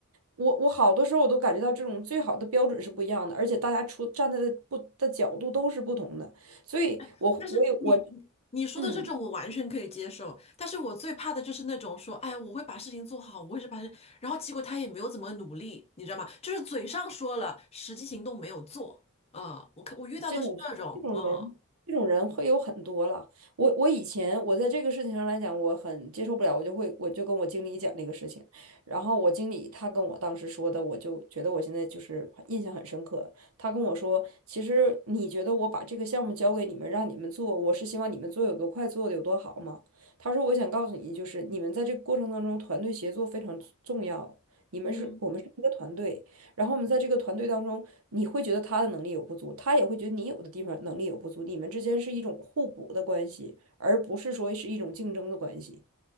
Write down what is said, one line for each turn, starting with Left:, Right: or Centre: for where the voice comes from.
Right: 我我好多时候我都感觉到这种最好的标准是不一样的，而且大家出站在的不的角度都是不同的，所以我我也我
Left: 哎但是你你你说的这种我完全可以接受，
Right: 嗯。
Left: 但是我最怕的就是那种说，哎，我会把事情做好，我会是把这，然后结果他也没有怎么努力，你知道吗？就是嘴上说了，实际行动没有做。嗯，我看我遇到的是这种，
Right: 这种这种人，
Left: 嗯
Right: 这种人会有很多了。我我以前我在这个事情上来讲，我很接受不了，我就会我就跟我经理讲这个事情，然后我经理他跟我当时说的，我就觉得我现在就是印象很深刻。他跟我说，其实你觉得我把这个项目交给你们，让你们做，我是希望你们做有多快，做的有多好吗？他说，我想告诉你，就是你们在这个过程当中，团队协作非常重要。你们是我们是一个团队，
Left: 嗯，
Right: 然后我们在这个团队当中，你会觉得他的能力有不足，他也会觉得你有的地方能力有不足，你们之间是一种互补的关系，而不是说是一种竞争的关系。